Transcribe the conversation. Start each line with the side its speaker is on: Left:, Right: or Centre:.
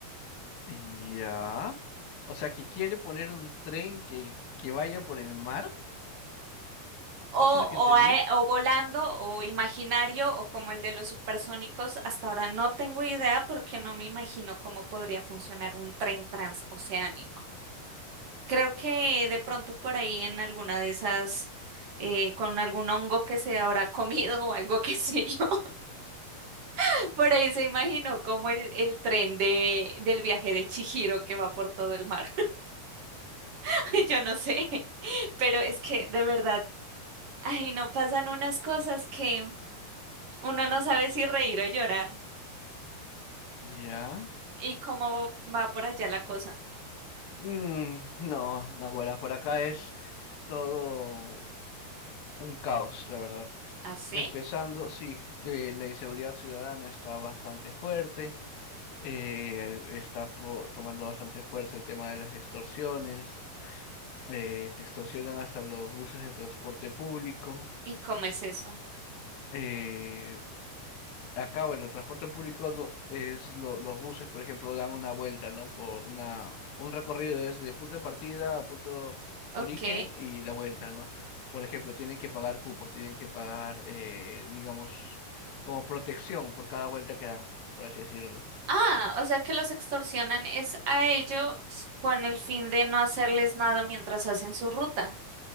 Left: Ya. O sea, que quiere poner un tren que, que vaya por el mar. ¿Eso
Right: O,
Left: es lo que entendí?
Right: o, ae- o volando o imaginario o como el de los supersónicos, hasta ahora no tengo idea porque no me imagino cómo podría funcionar un tren transoceánico. Creo que de pronto por ahí en alguna de esas, eh, con algún hongo que se habrá <laughs> comido o algo que sé yo, <laughs> por ahí se imaginó como el, el tren de, del viaje de Chihiro que va por todo el mar. <laughs> Yo no sé, <laughs> pero es que de verdad, ay, no pasan unas cosas que... Uno no sabe si reír o llorar.
Left: Ya.
Right: ¿Y cómo va por allá la cosa?
Left: Mm, no, Naguará, por acá es todo un caos, la verdad.
Right: ¿Así?
Left: Empezando, sí, eh, la inseguridad ciudadana está bastante fuerte, eh, está po- tomando bastante fuerza el tema de las extorsiones, eh, te extorsionan hasta los buses de transporte público,
Right: ¿Y cómo es eso?
Left: eh, Acá, bueno, el transporte público no- es lo- los buses, por ejemplo, dan una vuelta, ¿no? Por una, un recorrido es de punto de partida a punto
Right: Ok.
Left: origen y la vuelta, ¿no? Por ejemplo, tienen que pagar cupos, tienen que pagar, eh, digamos, como protección por cada vuelta que dan, por así decirlo.
Right: Ah, o sea que los extorsionan es a ellos con el fin de no hacerles nada mientras hacen su ruta.